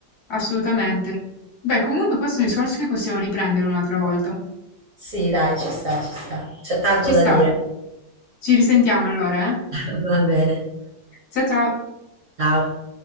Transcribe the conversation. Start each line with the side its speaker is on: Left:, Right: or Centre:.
Left: assolutamente. Beh, comunque questo è un discorso che possiamo riprendere un'altra volta.
Right: Sì, dai, ci sta, ci sta. C'è tanto
Left: Ci
Right: da
Left: sta.
Right: dire.
Left: Ci risentiamo allora, eh?
Right: <laughs> Va bene.
Left: Ciao ciao.
Right: Ciao.